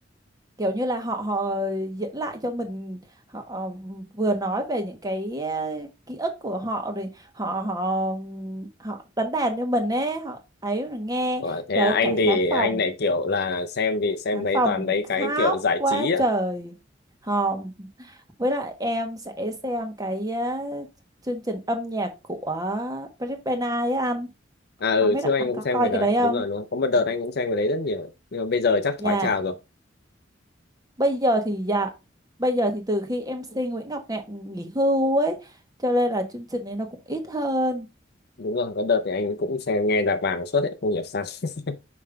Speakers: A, on the right; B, on the left.
A: kiểu như là họ họ diễn lại cho mình họ vừa nói về những cái eh, ký ức của họ rồi họ họ họ đánh đàn cho mình ấy họ ấy rồi nghe
B: Ủa, thế
A: rồi
B: à, anh
A: cả khán
B: thì
A: phòng
B: anh lại kiểu là xem thì xem
A: khán
B: mấy
A: phòng
B: toàn mấy
A: khóc
B: cái kiểu giải
A: quá
B: trí á.
A: trời hòm với lại em sẽ xem cái eh, chương trình âm nhạc của Blackpink ấy anh
B: À ừ,
A: không biết
B: trước
A: là
B: anh
A: anh
B: cũng
A: có
B: xem
A: coi
B: cái đấy.
A: cái đấy không
B: Đúng rồi, đúng không? Có một đợt
A: Ừ.
B: anh cũng xem cái đấy rất nhiều. Nhưng mà bây giờ chắc
A: dạ
B: thoái trào rồi.
A: bây giờ thì dạ bây giờ thì từ khi em MC Nguyễn Ngọc Ngạn nghỉ hưu ấy cho nên là chương trình này nó cũng ít hơn
B: Đúng rồi, có đợt thì anh cũng xem nghe nhạc vàng suốt ấy, không hiểu sao. <laughs>